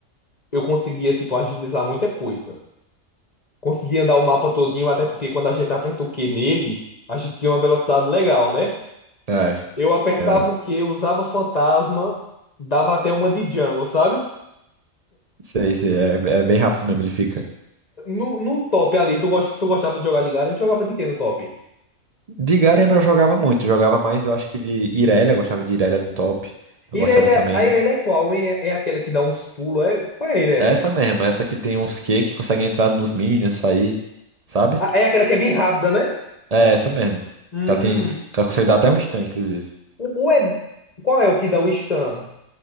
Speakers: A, on the left (about 35°); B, on the right (about 35°).
A: eu conseguia, tipo, agilizar muita coisa. Conseguia andar o mapa todinho, até porque quando a gente aperta o Q nele, a gente ganha uma velocidade legal, né?
B: É.
A: Eu apertava
B: é
A: o Q, usava fantasma, dava até uma de jungle, sabe?
B: Sei, sei, é, é bem rápido mesmo, ele fica.
A: No, no top ali, tu, gost, tu gostava de jogar de Garen? Tu jogava de quem no top?
B: De Garen eu não jogava muito, jogava mais, eu acho que de Irelia, eu gostava de Irelia no top. Eu
A: Irelia,
B: gostava também.
A: a Irelia é qual, hein? É, é aquela que dá uns pulos? É, qual é a Irelia?
B: É Essa mesmo, é essa que tem uns Q que conseguem entrar nos minions, sair, sabe?
A: Ah, é aquela que é bem rápida, né?
B: É essa mesmo.
A: Hum.
B: Ela tem, ela consegue dar até um stun, inclusive.
A: O, o Ed- qual é o que dá o stun?